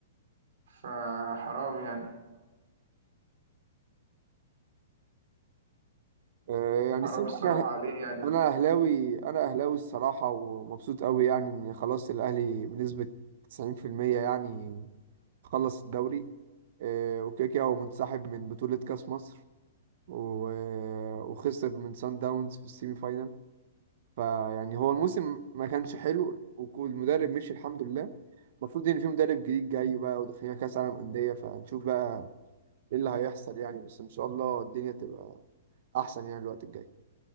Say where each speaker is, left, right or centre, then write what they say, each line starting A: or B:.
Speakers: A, on the right; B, on the right.
A: فحرام يعني
B: آه، يعني
A: حرام
B: الصراحه
A: الصراحه
B: انا
A: عليه يعني
B: انا اهلاوي انا اهلاوي الصراحه ومبسوط قوي يعني ان خلاص الاهلي بنسبه 90% يعني خلص الدوري آه، وكده كده هو منسحب من بطوله كاس مصر و... وخسر من سان داونز في السيمي فاينال فيعني هو الموسم ما كانش حلو والمدرب مشي الحمد لله المفروض ان في مدرب جديد جاي بقى وداخلين كاس عالم انديه فهنشوف بقى ايه اللي هيحصل يعني بس ان شاء الله الدنيا تبقى احسن يعني الوقت الجاي